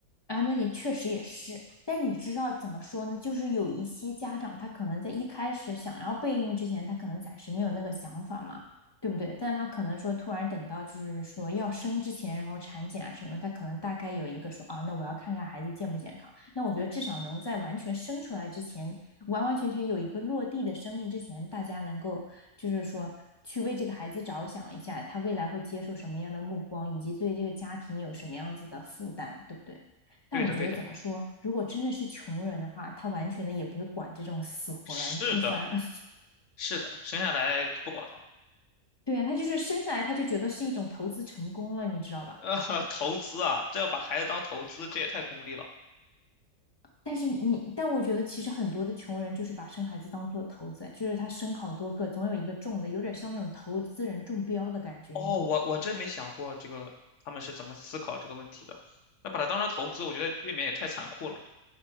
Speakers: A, on the left; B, on the left.
A: 啊，那你确实也是，但你知道怎么说呢？就是有一些家长，他可能在一开始想要备孕之前，他可能暂时没有那个想法嘛，对不对？但他可能说突然等到就是说要生之前，然后产检啊什么，他可能大概有一个说啊，那我要看看孩子健不健康。那我觉得至少能在完全生出来之前，完完全全有一个落地的生命之前，大家能够就是说去为这个孩子着想一下，他未来会接受什么样的目光，以及对这个家庭有什么样子的负担，对不对？但我觉得怎么说，
B: 对的，对的，
A: 如果真的是穷人的话，他完全的也不会管这种死活了，
B: 是的，
A: 那反而 <laughs>
B: 是的，生下来就不管了。
A: 对呀、他就是生下来他就觉得是一种投资成功了，你知道吧？
B: 呃，<laughs> 投资啊，这要把孩子当投资，这也太功利了。
A: 但是你，但我觉得其实很多的穷人就是把生孩子当做投资，就是他生好多个，总有一个中的，有点像那种投资人中标的感觉，
B: 哦，
A: 你懂吧？
B: 我我真没想过这个他们是怎么思考这个问题的。那把它当成投资，我觉得未免也太残酷了。